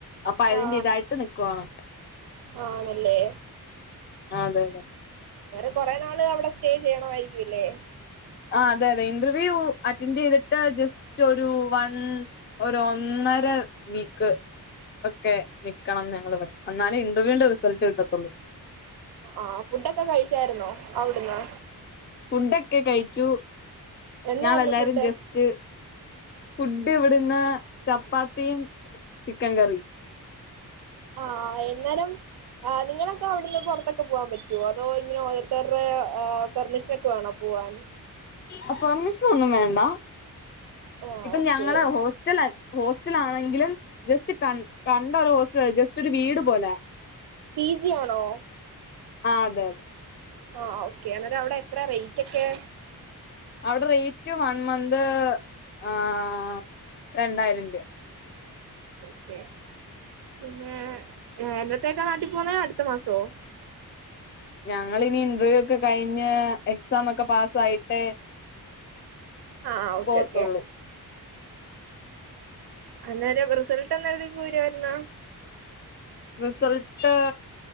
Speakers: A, on the left; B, on the right.
A: അപ്പൊ അതിന്റെ
B: ആ
A: ഇതായിട്ട് നിക്കുവാണ്
B: ആണല്ലേ?
A: അതെ അതെ
B: വേറെ കൊറെ നാള് അവിടെ സ്റ്റേ ചെയ്യണവായിരിക്ക്യൂ ലേ
A: ആഹ് അതെ അതെ ഇന്റർവ്യൂ അറ്റൻഡെയ്തിട്ട് ജസ്റ്റ് ഒരു വൺ ഒരൊന്നര വീക്ക് ഒക്കെ നിക്കണം ഞങ്ങളിവിടെ എന്നാലേ ഇന്റർവ്യൂന്റെ റിസൾട്ട് കിട്ടത്തുള്ളൂ
B: ആഹ് ഫുഡൊക്കെ കഴിച്ചായ്രുന്നോ അവിട്ന്ന്?
A: ഫുഡൊക്കെ കഴിച്ചു,
B: എന്തായിരുന്നു
A: ഞങ്ങളെല്ലാരും
B: ഫുഡ്
A: ജസ് സ്റ്റ് ഫുഡ് ഇവിടിന്ന് ചപ്പാത്തിയും ചിക്കൻ കറിയും
B: ആഹ് എന്നേരം ആഹ് നിങ്ങളൊക്കെ അവിടുന്ന് പുറത്തൊക്കെ പോവാൻ പറ്റോ അതോ ഇങ്ങനെ ഓരോത്തര്റെ പെർമിഷനൊക്കെ വേണോ പോവാൻ <inaudible>
A: ആ പെർമിഷനെന്നും വേണ്ട
B: ആ
A: ഇത്
B: ഓക്കെ
A: ഞങ്ങളെ ഹേസ്. സ്റ്റെലൽ. ഹോസ്റ്റലാണെങ്കിലും ജെസ്റ്റ്കൺ കണ്ടെരു ഹോസ്റ്റലാ ജെസ്റ്റരു വീട് പോലാ.
B: പി ജി ആണോ.
A: ആ അതെ അതെ
B: അ ആ ഓക്കേ ന്നിട്ട് അവിടെ എത്രയാ റൈറ്റെക്കെ.
A: അവിടെ റൈറ്റ് വൺ മന്ത് ആഹ്‌ രണ്ടായിരം രൂപ.
B: ക്കോക്കെ പിന്നെ.. എന്നത്തേക്കാ നാട്ടീ പോന്നെ അട്ത്ത മാസോ.
A: ഞങ്ങളിനി ഇന്റർവ്യൂക്കെ കഴിഞ്ഞ് എക്സാമെക്കെ പാസായിട്ടേ.
B: ആഹ് ഓക്കെ
A: പോവത്തൊള്ളൂ.
B: ഓക്കെ അന്നേരം റിസൾട്ടെന്നാഴ്‌തി കൂരുവരുന്നോ.
A: റിസൾട്ട്,